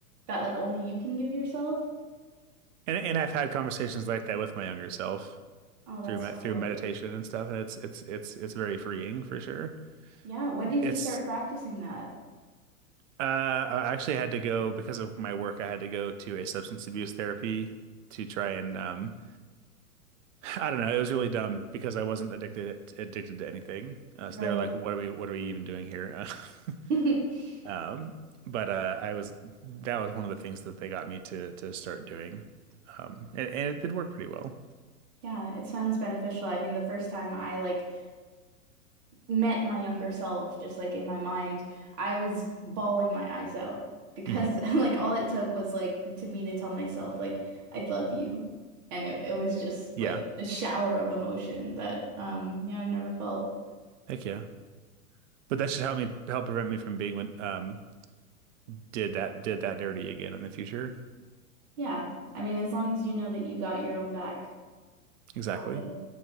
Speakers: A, on the right (about 40°); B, on the right (about 55°).
A: that like only you can give yourself.
B: And and I've had conversations like that with my younger self
A: Oh, that's
B: through me
A: so
B: through
A: lovely.
B: meditation and stuff, and it's it's it's it's very freeing for sure.
A: Yeah, when
B: It's
A: did you start practicing that?
B: uh I actually had to go because of my work, I had to go to a substance abuse therapy to try and um I don't know, it was really dumb because I wasn't addicted addicted to anything. Uh,
A: Right.
B: so they were like, what are we what are we even doing here?
A: <laughs>
B: <laughs> um but uh I was that was one of the things that they got me to to start doing. Um and, and it did work pretty well.
A: Yeah, it sounds beneficial. I mean, the first time I like met my younger self, just like in my mind, I was bawling my eyes out because
B: hmm
A: <laughs> like all it took was like for, to me to tell myself like I love you. And it, it was just
B: Yeah.
A: like a shower of emotion that um yeah, I've never felt.
B: Heck yeah. But that should help me help prevent me from being when um did that did that dirty again in the future.
A: Yeah. I mean, as long as you know that you got your own back,
B: Exactly.
A: it's all good.